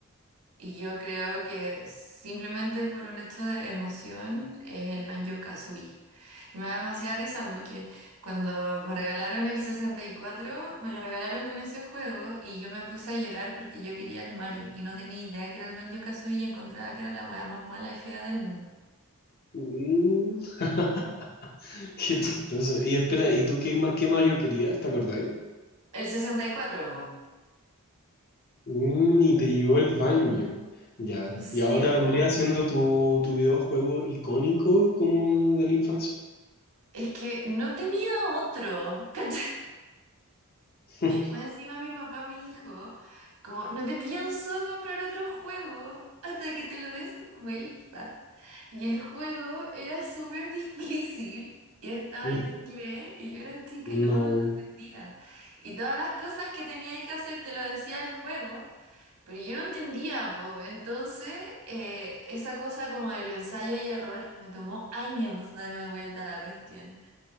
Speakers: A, on the right; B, on the left.
A: y yo creo que simplemente por un hecho de emoción, el Banjo-Kazooie. Y me da demasiada risa porque cuando me regalaron el 64 me lo regalaron con ese juego y yo me puse a llorar porque yo quería el Mario y no tenía idea que era el Banjo-Kazooie y encontraba que era la wea más mala y fea del mundo.
B: Mm. <laughs> Qué chistoso. Y espera, ¿y tú qué, ma- qué Mario querías? ¿Te acordáis?
A: El 64 po.
B: Mm, y te llegó el Banjo. Ya.
A: Sí,
B: Y ahora vendría
A: po.
B: siendo tu, tu videojuego icónico como de la infancia.
A: Es que no tenía otro. <laughs> ¿cachai?
B: <laughs>
A: O encima mi papá me dijo, como, no te pienso comprar otro juego hasta que te lo des vuelta. Y el juego era súper <laughs> difícil y estaba
B: Mm,
A: en inglés y yo era chica
B: No,
A: y no, no entendía. Y todas las cosas que tenía que hacer te lo decía el juego, pero yo no entendía, po. Entonces, eh, esa cosa como del ensayo y error me tomó años darme vuelta a la cuestión.